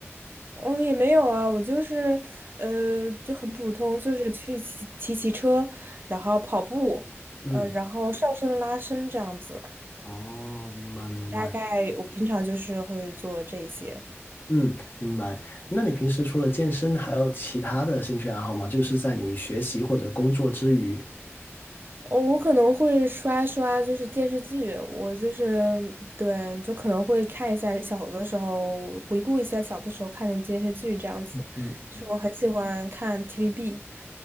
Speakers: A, on the right; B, on the left.
A: 我也没有啊，我就是呃就很普通，就是去骑骑骑车，然后跑步，
B: 嗯，
A: 呃，然后上身拉伸这样子。
B: 哦，明白明白。
A: 大概我平常就是会做这些。
B: 嗯，明白。那你平时除了健身，还有其他的兴趣爱好吗？就是在你学习或者工作之余。
A: 哦，我可能会刷刷，就是电视剧，我就是对，就可能会看一下小的时候，回顾一下小的时候看的电视剧这样子。
B: 嗯，
A: 是我很喜欢看 TVB。